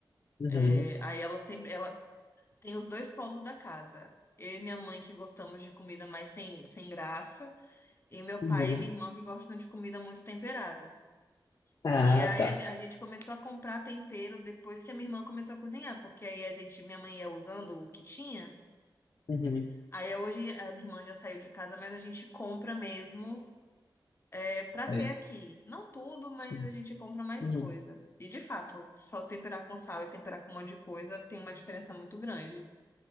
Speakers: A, on the left (about 50°); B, on the left (about 30°).
A: Uhum,
B: É, aí ela sempre, ela tem os dois polos da casa. Eu e minha mãe que gostamos de comida mais sem, sem graça, e meu
A: uhum,
B: pai e minha irmã que gostam de comida muito temperada.
A: Ah,
B: E aí
A: tá.
B: a a gente começou a comprar tempero depois que a minha irmã começou a cozinhar, porque aí a gente, minha mãe ia usando o que tinha.
A: uhum.
B: Aí hoje a minha irmã já saiu de casa, mas a gente compra mesmo, é para ter
A: É,
B: aqui. Não tudo, mas
A: sim.
B: a gente compra mais
A: Uhum.
B: coisa. E de fato, só temperar com sal e temperar com um monte de coisa tem uma diferença muito grande.